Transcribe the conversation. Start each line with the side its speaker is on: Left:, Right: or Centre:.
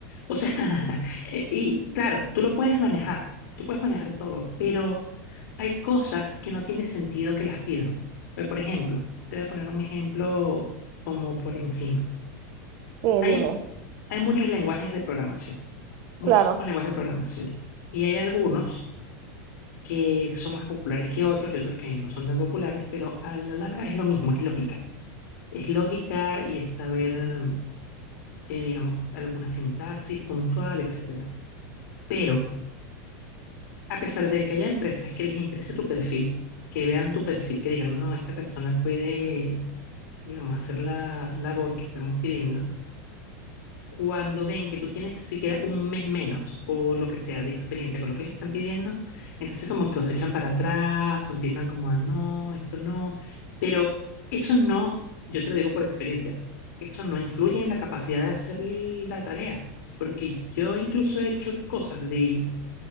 Left: O sea, <laughs> e- y claro, tú lo puedes manejar, tú puedes manejar todo, pero hay cosas que no tiene sentido que las pidan. Pues, por ejemplo, te voy a poner un ejemplo como por encima.
Right: sí,
Left: Hay,
Right: dime.
Left: hay muchos lenguajes de programación, muchísimos
Right: Claro.
Left: lenguajes de programación, y hay algunos que son más populares que otros y otros que no son tan populares, pero a la larga es lo mismo, es lógica. Es lógica y es saber, mm, eh, digamos, alguna sintaxis puntual, etcétera. Pero, a pesar de que haya empresas que les interese tu perfil, que vean tu perfil, que digan, no, esta persona puede, digamos, hacer la labor que estamos pidiendo, cuando ven que tú tienes siquiera un mes menos o lo que sea de experiencia con lo que ellos están pidiendo, entonces como que os echan para atrás o empiezan como a no, esto no, pero eso no, yo te lo digo por experiencia, que eso no influye en la capacidad de hacer la tarea, porque yo incluso he hecho cosas de,